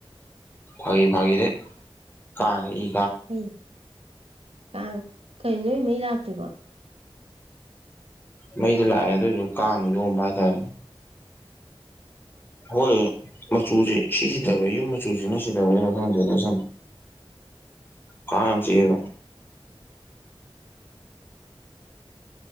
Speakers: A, on the left; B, on the right.
A: ꯐꯒꯤ ꯐꯥꯒꯤ ꯗꯒꯤ ꯀꯥ ꯏ <unintelligible>
B: ꯀꯩ ꯀꯥꯡ ꯀꯔꯤ ꯅꯣꯏ ꯃꯩ ꯂꯥꯛꯇ꯭ꯔꯤꯕꯣ
A: ꯃꯩꯗꯤ ꯂꯥꯛꯑꯦ ꯑꯗꯨꯏꯁꯨ ꯀꯥꯡꯅꯥ ꯌꯣꯝꯕ ꯍꯥꯏꯇꯥꯔꯦ ꯍꯣꯏ ꯃꯆꯨꯁꯦ ꯁꯤ ꯁꯤꯊꯕꯒꯤ ꯌꯨꯝ ꯃꯆꯨꯁꯤꯅ ꯁꯤꯊꯕꯩꯔ ꯈꯪꯗꯦꯗ ꯁꯪ ꯀꯥꯡ ꯌꯥꯝ ꯆꯤꯛꯑꯦꯕꯥ